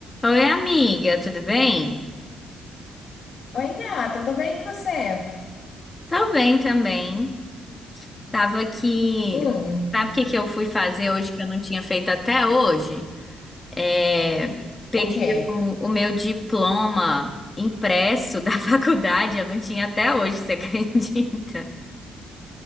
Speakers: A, on the left (about 20°); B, on the left (about 50°).
A: Oi, amiga, tudo bem?
B: Oi, gata, tô bem, e você?
A: Tô bem também. Tava aqui.
B: Hum,
A: Sabe o que que eu fui fazer hoje que eu não tinha feito até hoje? É, Peguei
B: o quê?
A: o, o meu diploma impresso da <laughs> faculdade, eu não tinha até hoje, você <laughs> acredita?